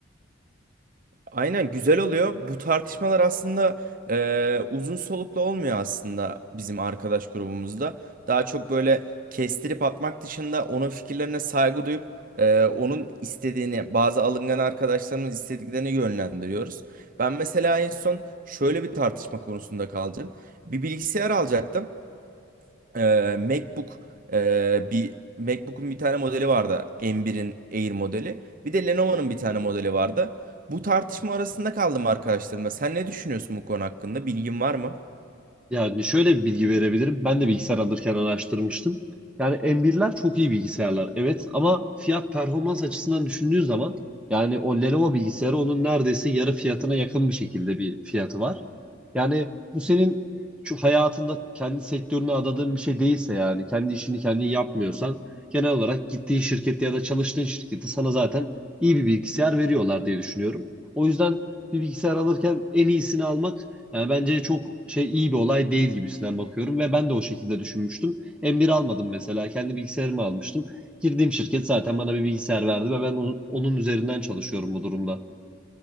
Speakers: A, on the right; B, in the centre.
A: Aynen güzel oluyor. Bu tartışmalar aslında e, uzun soluklu olmuyor aslında bizim arkadaş grubumuzda. Daha çok böyle kestirip atmak dışında onun fikirlerine saygı duyup e, onun istediğini bazı alıngan arkadaşlarımız istediklerini yönlendiriyoruz. Ben mesela en son şöyle bir tartışma konusunda kaldım. Bir bilgisayar alacaktım. e, MacBook e, bir MacBook'un bir tane modeli vardı. M1'in Air modeli. Bir de Lenovo'nun bir tane modeli vardı. Bu tartışma arasında kaldım arkadaşlarımla. Sen ne düşünüyorsun bu konu hakkında? Bilgin var mı?
B: Yani şöyle bir bilgi verebilirim. Ben de bilgisayar alırken araştırmıştım. Yani M1'ler çok iyi bilgisayarlar. Evet ama fiyat performans açısından düşündüğün zaman yani o Lenovo bilgisayarı onun neredeyse yarı fiyatına yakın bir şekilde bir fiyatı var. Yani bu senin şu hayatında kendi sektörüne adadığın bir şey değilse yani kendi işini kendin yapmıyorsan genel olarak gittiğin şirkette ya da çalıştığın şirkette sana zaten iyi bir bilgisayar veriyorlar diye düşünüyorum. O yüzden bir bilgisayar alırken en iyisini almak yani bence çok şey iyi bir olay değil gibisinden bakıyorum ve ben de o şekilde düşünmüştüm. M1 almadım mesela. Kendi bilgisayarımı almıştım. Girdiğim şirket zaten bana bir bilgisayar verdi ve ben onu- onun üzerinden çalışıyorum bu durumda.